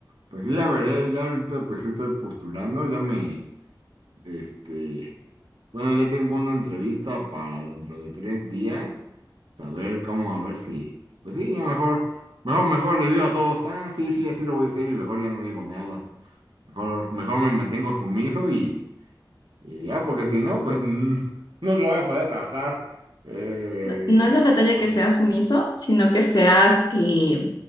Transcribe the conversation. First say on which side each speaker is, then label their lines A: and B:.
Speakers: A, on the right; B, on the left.
A: Pues sí, ya veré, ya ahorita pues sí estoy postulando, ya me, este, bueno, ya tengo una entrevista para dentro de tres días, saber cómo, a ver si, pues sí, ya mejor, mejor, mejor les digo a todos, ah, sí, sí, así lo voy a hacer y mejor ya no digo nada. Mejor, mejor me mantengo sumiso y... Y ya, porque si no, pues n- <laughs> no que voy a poder trabajar. Eh,
B: no es de la talla
A: pues,
B: que seas sumiso, sino que seas, eh,